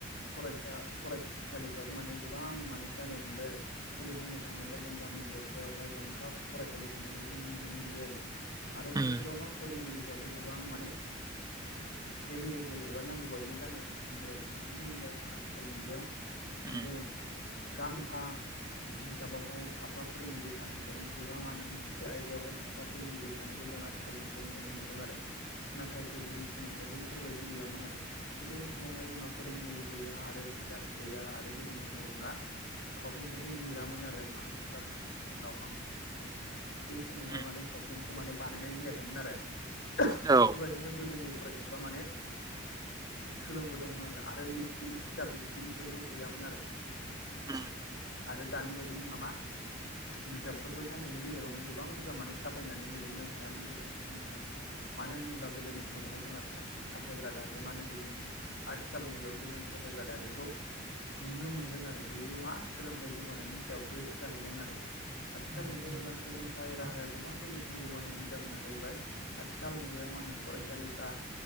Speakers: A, on the left; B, on the right.
A: फरायसा फराय फरायसालिफ्राबो माने गोबां माने जानो हमबाय आरो जेरै बुंनो थाङोब्ला जों गामि दरफायावहाय गंफा फरायसालि थानायखौ जों नुनो मोनबाय आरो आरो बैफोराव
B: उम
A: मा फोरोंगिरिफ्राबो गोबां माने एबेलेबेल बेल एबा नांगौ बायदि जानो हमबाय आरो मानो होनोब्ला जों आथिखाल मुगायाव
B: उम
A: नुदों गांफा बिजाबावहाय साफा फोरोंगिरि थानायखौ एबा मा होनो मोनसे आयदायावहाय साफा फोरोंगिरि थानायखौ जों आथिखाल मुगायाव नुनो मोन्दों आरो नाथाय गोदोनि समावहाय बैफोरबायदि गैयामोन आरो गोदोनि समावहाय जोंहा फोरोंगिरि गैया आरो बिजाब गैया आरो गोदोनि समाव जोंहा फावथेनफोरजों लिरामोन आरो मानो होनब्ला गोदोनि समाव दावगांजोंसो लिरोमोन। बै समावहाय
B: उम
A: माने फावथेनखौ माने बानायनाय जायाखैमोन आरो बेबायदिनो
B: औ
A: गोदोनि फरायसाफ्रा माने सोलोंबोदोंमोन आरो आरो लिरगिरि बिजाब लिरगिरिफोरबो गैयामोन आरो।
B: उम
A: आरो दानि बायदि जोङा मा बिजाबफोरखौ सानसेनि गेजेरावनो गोबां बुरजा माने साफायनानै दिरुननो हायामोन गोदोनि समावहाय। मानो होनोब्ला गोदोनि समावहाय जोंहा सा साक साफायग्रा दाजेमानो गैयामोन आथिखाल मुगायावसो जों साफायग्रा दाजेमखौ नुनो मोनदों आरो बैबो मा सोलोंथाइ जौगानायनि सायावसो जाहैदों आरो। आथिखाल
B: उम
A: मुगायाव
B: उम
A: जोंहा सोंलोथाइ राहाया
B: औ
A: गोबां गोजौसिम जौगानायनि जाहोना जाहैबाय आथिखाल मुगायाव मा होनो फरायसालिफ्रा